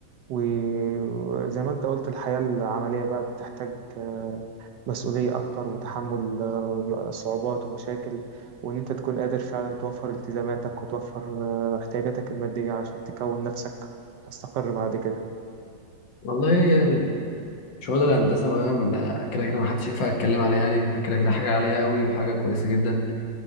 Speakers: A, on the right (about 75°); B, on the left (about 80°).
A: وزي ما انت قلت الحياة العملية بقى بتحتاج آه، مسؤولية أكتر وتحمل آه، صعوبات ومشاكل وإن أنت تكون قادر فعلا توفر التزاماتك وتوفر آه، احتياجاتك المادية علشان تكون نفسك وتستقر بعد كده
B: والله شغل الهندسة بقى من- ده كده كده محدش ينفع يتكلم عليها يعني ده كده كده حاجة عالية قوي وحاجة كويسة جدا